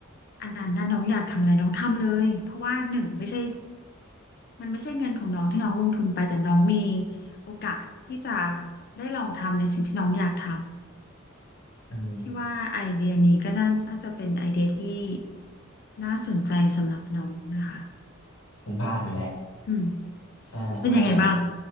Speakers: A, on the left; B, on the left.
A: อันนั้นน่ะน้องอยากทำอะไรน้องทำเลยเพราะว่าหนึ่งไม่ใช่ มันไม่ใช่เงินของน้องที่น้องลงทุนไปแต่น้องมีโอกาสที่จะได้ลองทำในสิ่งที่น้องอยากทำ
B: อืม
A: พี่ว่าไอเดียนี้ก็น่าน่าจะเป็นไอเดียที่น่าสนใจสำหรับน้องนะคะ
B: ผมผ่านมาแล้ว
A: อืม
B: ใช่ผ่านมาแบบ
A: เป็นยังไงบ้าง